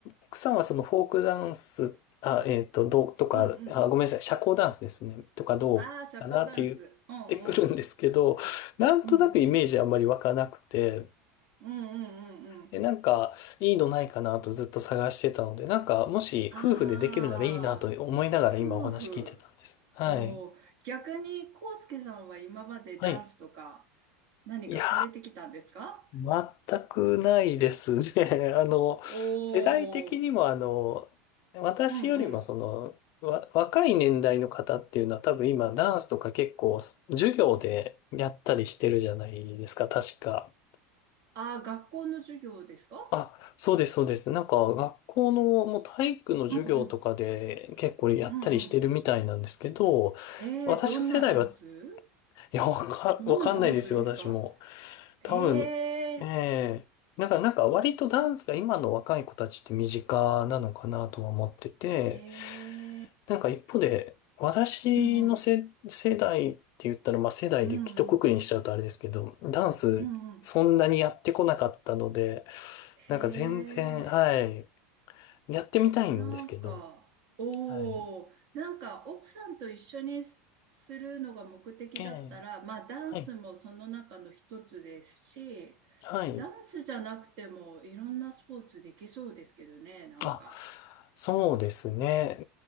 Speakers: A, on the left (about 50°); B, on the right (about 60°).
A: 奥さんはそのフォークダンス、あ、えっと、どうとか、
B: うんうん。
A: あ、ごめんなさい、社交ダンスですね、とかどうかなって言ってくるんですけど、
B: ああ、社交ダンス。うんうん。
A: なんとなくイメージあんまり湧かなくて、
B: うん。うんうんうんうん。
A: で、なんか、いいのないかなとずっと探してたので、なんか、もし夫婦でできるならいいなと思いながら今お話聞いてたんです。
B: ああ、夫婦。
A: はい。
B: おー逆に、コウスケさんは今までダンスとか
A: はい。
B: 何かされてきたんですか
A: いやー全くないですね。<laughs> あの、
B: おおー、
A: 世代的にもあの、私よりもその、
B: うんうん。
A: わ、若い年代の方っていうのは多分今ダンスとか結構授業でやったりしてるじゃないですか、確か。
B: ああ、学校の授業ですか
A: あ、そうです、そうです。なんか学校のもう体育の授業とかで結構やったりしてるみたいなんですけど、
B: うんうん。うんうん。えー、
A: 私の世代は、
B: どんなダンス
A: いや、わか、
B: どんなダンスですか
A: わかんないですよ、私も。
B: ええ
A: 多分、ええなんか、なんか割とダンスが今の若い子たちって身近なのかなとは思ってて、
B: ー、ええー、
A: なんか一方で、私のせ、
B: うんうん。
A: 世代って言ったら、まあ世代で一括りにしちゃうとあれですけど、
B: うんうん。
A: ダンスそんなにやってこなかったので、
B: うんうん。
A: なんか全然、
B: へえ。
A: はい、やってみたいんですけど、
B: なんか、おお、
A: はい。
B: なんか奥さんと一緒にすするのが目的だったら、
A: ええ
B: まあダンスもその中の一つですし、
A: はい、はい。
B: ダンスじゃなくてもいろんなスポーツできそうですけどね、なんか。
A: あ、そうですね。